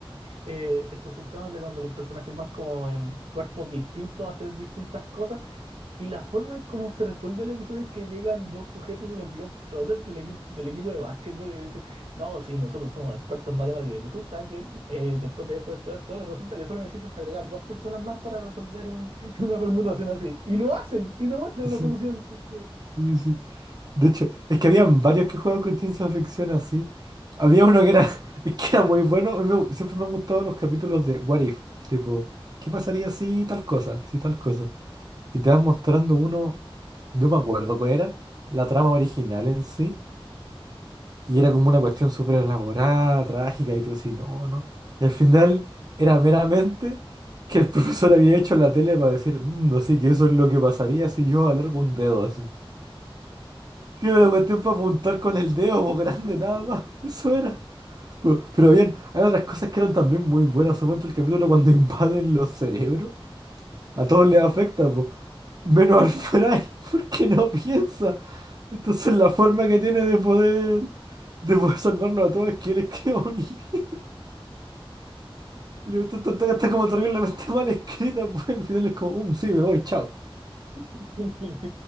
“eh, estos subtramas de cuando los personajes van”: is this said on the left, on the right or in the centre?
Right